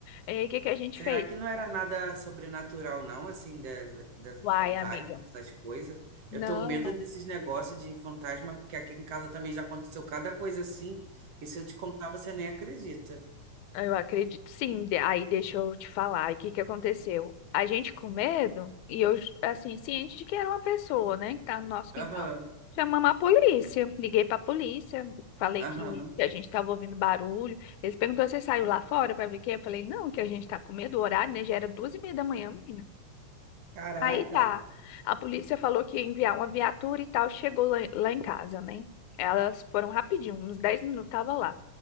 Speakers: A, on the left; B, on the right.
A: E aí, o que que a gente
B: Será
A: fez?
B: que não era nada sobrenatural, não, assim, da, das
A: Uai,
B: fantasmas,
A: amiga.
B: essas coisas?
A: Não.
B: Eu tenho medo desses negócios de fantasma, porque aqui em casa também já aconteceu cada coisa assim, que se eu te contar, você nem acredita.
A: Ah, Eu acredito, sim. De- Aí deixa eu te falar, aí o que que aconteceu? A gente com medo, e eu, assim, ciente de que era uma pessoa, né, que tá no nosso quintal.
B: Aham,
A: Chamamos a polícia, liguei pra polícia, falei
B: aham.
A: que que a gente tava ouvindo barulho. Eles perguntaram, você saiu lá fora pra ver o quê? Eu falei, não, que a gente tá com medo, o horário, né, já era duas e meia da manhã, menina.
B: Caraca,
A: Aí tá. A polícia falou que ia enviar uma viatura e tal, chegou lá, lá em casa, né? Elas foram rapidinho, uns 10 minutos tava lá.